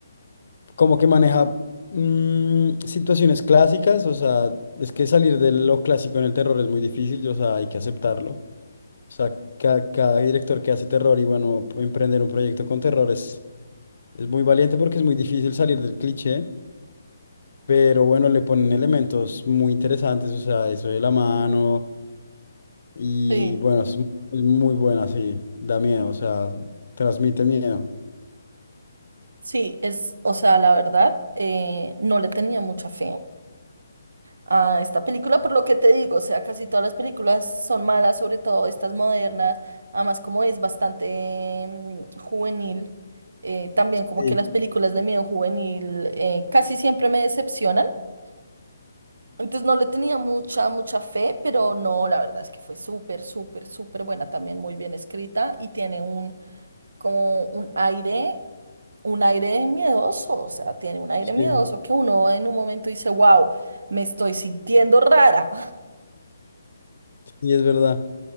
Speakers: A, on the left; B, on the right.
A: como que maneja mm, situaciones clásicas. O sea, es que salir de lo clásico en el terror es muy difícil. O sea, hay que aceptarlo. O sea, cada, cada director que hace terror y bueno, emprender un proyecto con terror es, es muy valiente porque es muy difícil salir del cliché, pero bueno, le ponen elementos muy interesantes, o sea, eso de la mano y
B: Sí.
A: bueno, es, mu- es muy buena, sí, da miedo, o sea, transmite miedo.
B: Sí, es, o sea, la verdad, eh, no le tenía mucha fe. a esta película, por lo que te digo, o sea, casi todas las películas son malas, sobre todo estas modernas, además como es bastante mm, juvenil, eh, también como
A: Sí,
B: que las películas de miedo juvenil eh, casi siempre me decepcionan, entonces no le tenía mucha, mucha fe, pero no, la verdad es que fue súper, súper, súper buena, también muy bien escrita y tiene un, como un aire, un aire miedoso, o sea, tiene un aire
A: sí,
B: miedoso que uno en un momento dice, wow, me estoy sintiendo rara.
A: sí, es verdad.